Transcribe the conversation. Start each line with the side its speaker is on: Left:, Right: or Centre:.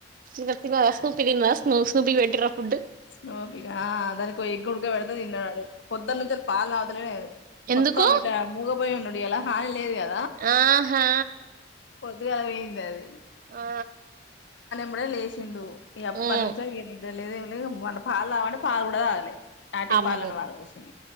Right: ఇదిర్త స్ూపిన్ స్ స్ూపికి పెటిరా ఫుడ్
Left: స్నాఫీ దా కొ గుడగా వెళ్డద ఇనాడ పోదన్న నుంచల్ పాల్ తగుతలే
Right: ఎందుకు
Left: మొత్తం ఇంట మూగాపోయి ఉన్నాడు ఈయల హా లేవు గా
Right: ఆహా
Left: పొద్దుగావే తది
Right: ఆ
Left: ఇప్పుడే లేసిండు ఈ ఎప్ప
Right: మ్
Left: నుంచో <unintelligible> నిద్దర లేదు ఏమి లేదు మొన్న పాలు తాగమంటే పాలు కూడా తాగలే అటే
Right: అమ్మ
Left: పాలను పారబోసింది